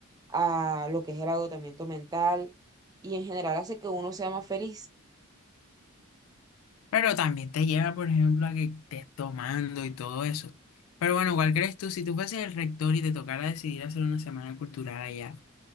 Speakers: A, on the right (about 20°); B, on the left (about 80°).
A: a lo que es el agotamiento mental y en general hace que uno sea más feliz.
B: Pero también te lleva, por ejemplo, a que estés tomando y todo eso. Pero bueno, ¿cuál crees tú? Si tú fueses el rector y te tocara decidir hacer una semana cultural allá,